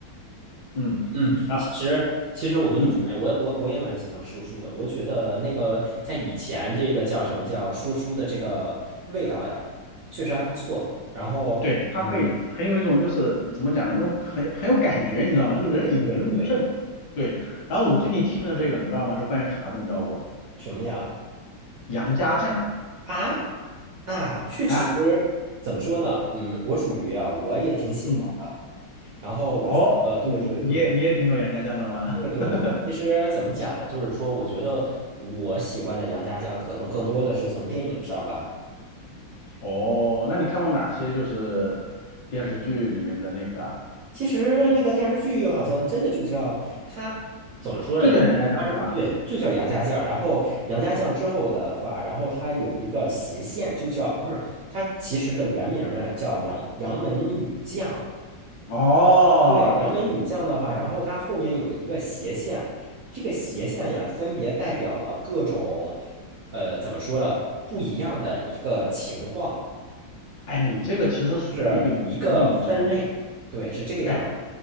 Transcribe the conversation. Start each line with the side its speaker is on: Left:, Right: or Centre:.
Left: 嗯，
Right: 嗯，
Left: 然后
Right: 其实其实我跟你讲，
Left: 嗯
Right: 哎，我我我也蛮喜欢说书的。我觉得那个在以前这个叫什么叫说书的这个味道呀，确实还不错。然后嗯，
Left: 对，他会很有一种就是怎么讲呢，那种很有很有感觉，你知道吗？就能引人入胜。
Right: 对对对，
Left: 对，然后我最近听的这个你知道吗？是关于啥的，你知道不？
Right: 什么呀？
Left: 杨家将。
Right: 啊啊，确实
Left: 啊，
Right: 怎么说呢？嗯，我属于啊，我也挺喜欢的。
Left: 嗯，
Right: 然后我觉得，
Left: 哦，
Right: 对对对
Left: 你你也你也挺懂杨家将的吗？
Right: 对对对，
Left: <laughs>
Right: 其实怎么讲呀？就是说，我觉得我喜欢的杨家将，可能更多的是从电影上吧。
Left: 哦，那你看过哪些就是电视剧里面的那个啊？
Right: 其实那个电视剧好像真的就叫他怎么说呢？
Left: 就叫杨家将是吧？
Right: 他是对，就叫杨家将。然后杨家将之后的话，然后他有一个斜线，就叫不是他其实的原名啊，叫杨杨门女将。
Left: 哦，
Right: 对，杨门女将的话，然后它后面有一个斜线，这个斜线呀，分别代表了各种，呃，怎么说呢，不一样的一个情况，
Left: 哎，你这个其实属于那个演绎，
Right: 就是一个分类。
Left: 你知道吗？
Right: 对，是这样。
Left: 哎，